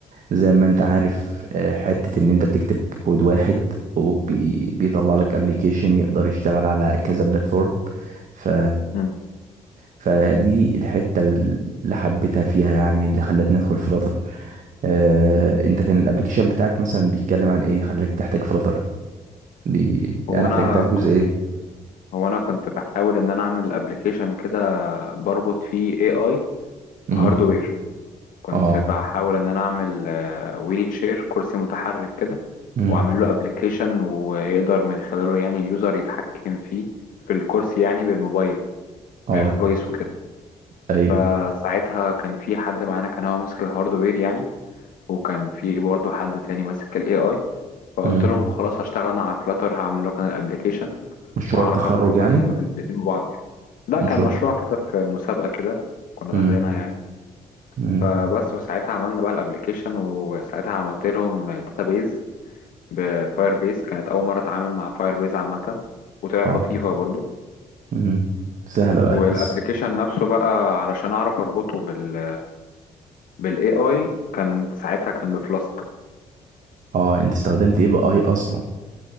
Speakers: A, on the right; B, on the left.
A: زي ما انت عارف آه، حتة ان انت بتكتب كود واحد وبيطلع لك ابلكيشن يقدر يشتغل على كذا بلاتفورم ف
B: مم.
A: فدي الحتة اللي حبيتها فيها يعني اللي خلتني ادخل فلتر آه، انت كان الابلكيشن بتاعك مثلا بيتكلم عن ايه خلاك تحتاج فلتر بي... يعني
B: هو انا
A: احتاجتها في جزء
B: كنت
A: ايه
B: هو انا كنت بحاول ان انا اعمل ابلكيشن كده بربط فيه اي اي
A: امم
B: هاردوير كنت
A: اه
B: بحاول ان انا اعمل ويلي تشير كرسي متحرك كده
A: امم
B: واعمل له ابلكيشن ويقدر من خلاله يعني اليوزر يتحكم فيه في الكرسي يعني بالموبايل
A: اه
B: بالفويس وكده
A: ايوه
B: فساعتها كان في حد معانا كان هو ماسك الهاردوير يعني وكان في برضه حد تاني ماسك الاي اي فقلت
A: امم
B: لهم خلاص هشتغل انا على فلاتر هعمل لكم انا الابلكيشن
A: مشروع
B: واعرف
A: التخرج
B: اربط لكم
A: يعني
B: الاثنين الاثنين ببعض يعني لا
A: مشروع
B: كان مشروع كده في مسابقه كده كنا
A: امم
B: داخلينها يعني
A: امم
B: فبس وساعتها عملنا بقى الابلكيشن وساعتها عملت لهم داتابيز بفاير بيز كانت اول مره اتعامل مع فاير بيز عامه وطلعت
A: اه
B: لطيفه برضو
A: امم سهله بقى
B: والابلكيشن
A: بس
B: نفسه بقى علشان اعرف اربطه بال بالاي اي كان ساعتها كان بفلاسك
A: اه انت استخدمت ايه بقى اي اصلا